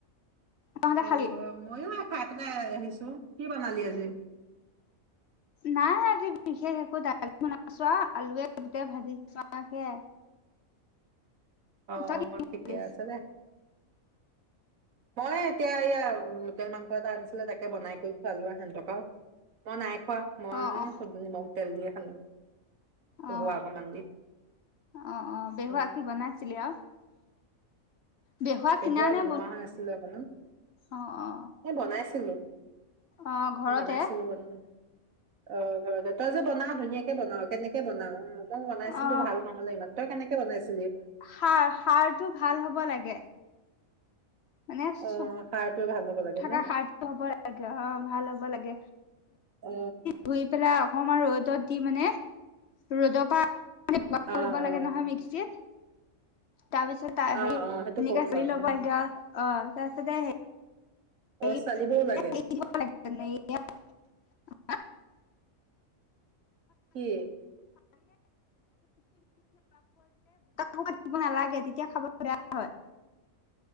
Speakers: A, on the left (about 60°); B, on the right (about 75°).
A: তহঁতে
B: অ
A: খালি
B: মইয়ো আফাত। আহিছো কি বনালি আজি।
A: নাই আজি বিশেষ একো দালি বনাইছোৱা আৰু আলুৱে বুটে ভাজি চো সেয়াই?
B: আহ
A: তই কি
B: ঠিকে
A: খালি
B: আছে দে। মই এতিয়া এয়া লোকেল মাংস এটা আনিছিলে তাকে। বনাই কৰি খোৱা লোৱা সেহতকা মই নাই? খুৱা মই
A: অ অ
B: ছাগলী মা। তেল দিয়ে খালো? পেহুৱা
A: অ
B: অকমান দি
A: অ অ পেহুৱা
B: উম
A: কি বনাইছিলি আৰু <unintelligible> বেহুৱা কিনা
B: পেহুৱা
A: নে
B: বনোৱা হৈ আছিলে অকমান,
A: অ অ
B: এ বনাইছিলো।
A: অ ঘৰতে?
B: বনাইছিলো বন অ ঘৰতে, তই যে বনাও ধুনীয়াকে বনাও কেনেকে। বনাও। মই বনাইছিলো
A: অ
B: ভাল নহলে ইমান তই কেনেকে। বনাইছে।
A: সাৰ সাৰটো ভাল হ'ব লাগে। মানে
B: অ সাৰ তুয়ে ভাল। লাগে
A: থকা
B: ন
A: সাৰ হ'ব লাগে অ ভাল হ'ব লাগে।
B: অ',
A: ধুই পেলা <unintelligible> অকনমান ৰদত দি মানে ৰদপা। কৰিব
B: অ', অ',
A: লাগে নহয় মিক্সিত। তাপিছ ত-হেৰি
B: অ',
A: ধুনীয়াকে
B: অ', সেইটো কম
A: কৰি
B: বাৰু
A: লব
B: উম,
A: এতিয়া। অ, <unintelligible>
B: অ', চালিবও লাগে কি?
A: কাটিব নালাগে, তেতিয়া খাবলে বেয়া হয়।